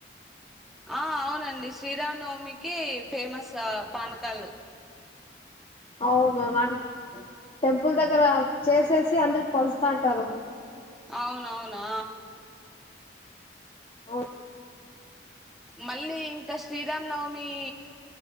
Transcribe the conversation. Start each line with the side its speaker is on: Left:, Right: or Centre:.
Centre: ఆ అవునండి శ్రీరామనవమికి ఫేమస్ చ పానకలు
Left: అవును నా టెంపుల్ దగ్గర చేసేసి అందరికి పంచుతాంటరు
Centre: అవునవునా
Left: అవు
Centre: మళ్ళీ ఇంకా శ్రీరామనవమి